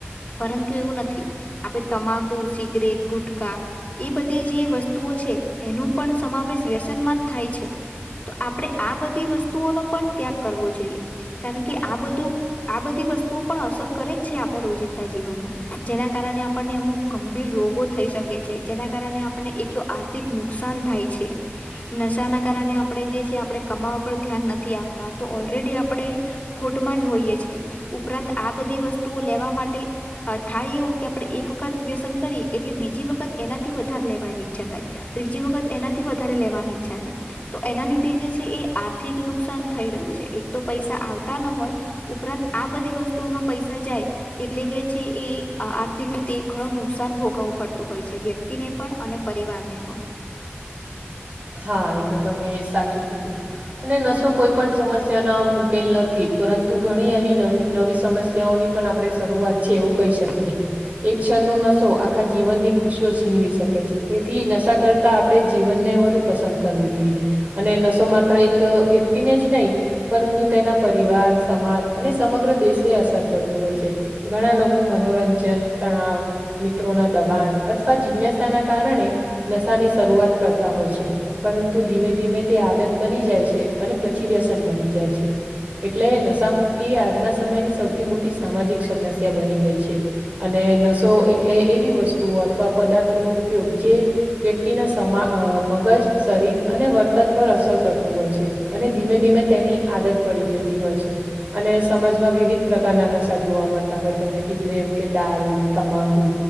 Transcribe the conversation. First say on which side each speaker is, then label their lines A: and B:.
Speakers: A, on the left; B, on the right.
A: પરંતુ એવું નથી, આપણે તમાક કુ, સિગરેટ, ગુટકા એ બધી જે વસ્તુઓ છે, એનો પણ સમાવેશ વ્યસ સન માં જ થાય છે, તો આપણે આ બધી વસ્તુઓ નો પણ ત્યાગ કરવો જોઈએ. કારણ કે આ બધું આ બધી વસ્તુઓ પણ અસર કરે જ છે આપણે રોજિંદા જીવનમાં, જેના કારણે આપણને અમુક ગંભીર રોગો થઈ શકે છે, જેના કારણે આપણને એકતો આર્થિક નુકસાન થાય છે.
B: <inaudible>
A: નશાના કારણે આપણે જે છે આપણે કમાવા પર ધ્યાન નથી આપતા, તો ઓલરેડી આપ પડે ખોટમાં જ હોઈએ છે, ઉપરાંત આ બધી વસ્તુઓ લેવા માટે આ થાય એવું, કે આપણે એક વખત વ્યસન કરીએ એટલે બીજી વખત એનાથી વધારે લેવાની ઈચ્છા થાય, ત્રીજી વખત એનાથી વધારે લેવાની ઈચ્છા થાય. તો એના લીધે જે છે એ આર્થિક નુકસાન થઈ રહ્યું છે, એક તો પૈસા આવતા ન હોય. ઉપરાંત આ બધી વસ્તુઓમાં પૈસા જાય. એટલે જે છે, એ અ આર્થિક રીતે ઘણું નુકશાન ભોગવું પડતું હોય છે, વ્યક્ત તી તેને પણ, અને પરિવારને પણ.
B: હા, એ તો તમે સાચું કીધું, અને નશો કોઈ પણ સમસ્યાનો આમ ઉકેલ નથી, પરંતુ ઘણી એવી નવી, નવી સમસ્યાઓની પણ આપણે શરૂઆત છે, એવું કહી શકીએ. એક ક્ષણ નો નશો આખા જીવનની ખુશીઓ છીનવી શકે છે, તેથી નશા કરતા આપણે જીવનને વધુ પસંદ કરવું જોઈએ, અને નસો માત્ર એક વ્યક્તિને જ નહી પરંતુ તેના પરિવાર, સમાજ, અને સમગ્ર દેશને અસર કરતું હોય છે. ઘણા લોકો મનોરંજન, તણાવ મિત્રોના દબાણ, અથવા જિજ્ઞાસાના કારણે, નશાની શરૂઆત કરતા હોય છે. પરંતુ ધીમે ધીમે તે આદત બની જાય છે, અને પછી વ્યસન બની જાય છે. એટલે નશા મુક્તિ, આજના સમયની સૌથી મોટી સામાજિક સમસ્યા બની ગઈ છે. અને નસો એટલે એવી વસ્તુઓ, અથવા પદાર્થોનો ઉપયોગ જે વ્યક્તિના સમા અ મગજ શરીર અને વર્તન પર અસર કરતું હોય છે, અને ધીમે ધીમે તેની આદત પડી જતી હોય છે. અને સમાજમાં વિવિધ પ્રકારના નશા જોવા મળતા હોય, તમે કીધું એમ કે દારૂ, તમાકુ.